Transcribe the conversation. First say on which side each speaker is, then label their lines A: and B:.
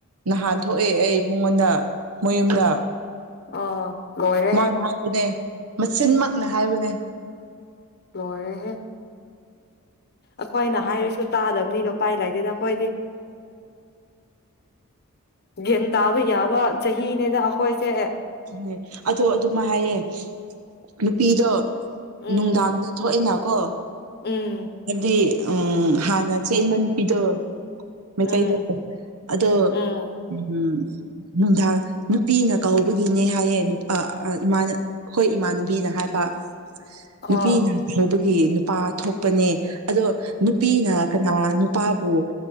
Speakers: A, on the right; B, on the left.
A: ꯅꯍꯥꯟ ꯊꯣꯛꯑꯦ ꯑꯩ ꯃꯉꯣꯟꯗ ꯃꯌꯨꯝꯗ
B: ꯑꯣ ꯂꯣꯏꯔꯦꯍꯦ
A: ꯃꯥꯅ ꯍꯥꯏꯕꯅꯦ ꯃꯆꯤꯟꯃꯛꯅ ꯍꯥꯏꯕꯅꯦ
B: ꯂꯣꯏꯔꯦꯍꯦ ꯑꯈꯣꯏꯅ ꯍꯥꯏꯔꯁꯨ ꯇꯥꯗ <unintelligible> ꯄꯥꯏ ꯂꯩꯗꯦꯗ ꯑꯈꯣꯏꯗꯤ <unintelligible> ꯇꯥꯕ ꯌꯥꯕ ꯆꯍꯤꯅꯦꯗ ꯑꯈꯣꯏꯁꯦ
A: ꯑꯗꯨꯅꯦ ꯑꯗꯣ ꯑꯗꯨꯃꯥꯏ ꯍꯥꯏꯌꯦ ꯅꯨꯄꯤꯗꯣ
B: ꯎꯝ
A: ꯅꯨꯡꯗꯥꯡꯗ ꯊꯣꯛꯑꯦꯅꯀꯣ
B: ꯎꯝ
A: ꯍꯥꯏꯕꯗꯤ ꯎꯝ ꯍꯥꯟꯅ ꯆꯦꯟꯕ ꯅꯨꯄꯤꯗꯣ ꯃꯩꯇꯩꯗꯣ
B: ꯎꯝ
A: ꯑꯗꯣ
B: ꯎꯝ
A: ꯎꯝ ꯅꯨꯡꯗꯥꯡ ꯅꯨꯄꯤꯅ ꯀꯧ ꯒꯤꯅꯦ ꯍꯥꯏꯌꯦ ꯅꯨꯄꯥ ꯏꯃꯥꯟꯅ ꯈꯣꯏ ꯏꯃꯥꯟꯅꯕꯤꯅ ꯍꯥꯏꯕ
B: ꯑꯣ
A: ꯅꯨꯄꯤꯅ ꯍꯧꯕꯒꯤ꯫ ꯄꯥꯊꯣꯛꯄꯅꯦ ꯑꯗꯣ ꯅꯨꯄꯤꯅ ꯀꯅꯥ ꯅꯨꯄꯥꯕꯨ